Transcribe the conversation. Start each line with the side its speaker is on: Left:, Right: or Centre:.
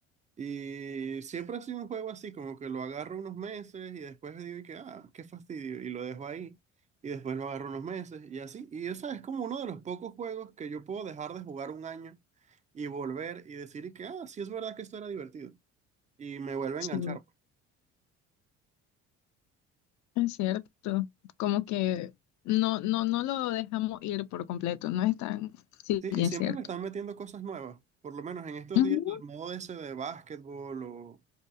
Right: Y siempre ha sido un juego así, como que lo agarro unos meses y después digo y que, ah, qué fastidio, y lo dejo ahí, y después lo agarro unos meses y así. Y esa es como uno de los pocos juegos que yo puedo dejar de jugar un año y volver y decir y que, ah, sí es verdad que esto era divertido. Y me vuelve a
Left: Sí,
Right: enganchar. pues.
Left: es cierto. Como que no, no, no lo dejamos ir por completo, no es tan... Sí,
Right: Sí, y
Left: es
Right: siempre
Left: cierto.
Right: le están metiendo cosas nuevas, por lo menos en estos
Left: Ujú,
Right: días el modo ese de básquetbol o...